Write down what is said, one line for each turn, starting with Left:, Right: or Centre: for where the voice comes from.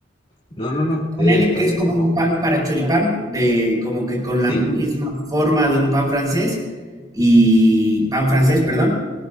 Left: No, no, no.
Right: Ponele
Left: Es también
Right: que es como
Left: como.
Right: un pan para choripán, de, como que con
Left: Sí,
Right: la misma forma de un pan francés y pan francés, perdón,